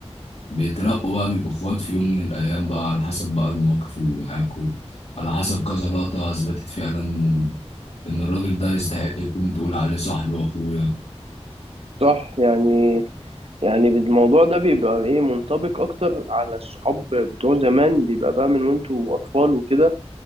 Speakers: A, on the left; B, on the right.
A: بيترقوا بقى بيبقوا اخوات في يوم من الايام بقى على حسب بقى المواقف اللي معاكوا على حسب كذا لقطة اثبتت فعلا ان إن الراجل ده يستحق يكون تقول عليه صاحبي واخويا
B: صح يعني يعني الموضوع ده بيبقى ايه منطبق اكتر على الصحاب بتوع زمان بيبقى بقى من وانتوا اطفال وكده